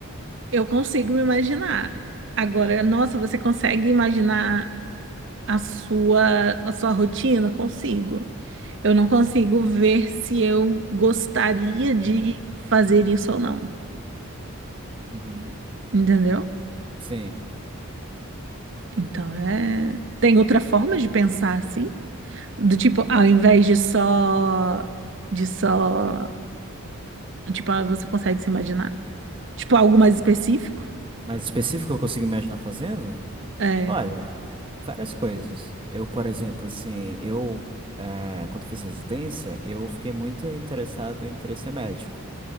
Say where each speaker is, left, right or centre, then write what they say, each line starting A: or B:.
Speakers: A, on the right (about 55°); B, on the right (about 20°).
A: Eu consigo me imaginar. Agora, nossa, você consegue imaginar a sua, a sua rotina? Consigo. Eu não consigo ver se eu gostaria
B: Uhum.
A: de fazer isso ou não.
B: Uhum.
A: Entendeu?
B: Sim.
A: Então, é. Tem outra forma de pensar assim? Do tipo, ao invés de só. De só. Tipo, ah, você consegue se imaginar? Tipo, algo mais específico?
B: Mas específico eu consigo imaginar fazendo?
A: É.
B: Olha, várias coisas. Eu, por exemplo, assim, eu, eh, quando fiz residência, eu fiquei muito interessado em querer ser médico.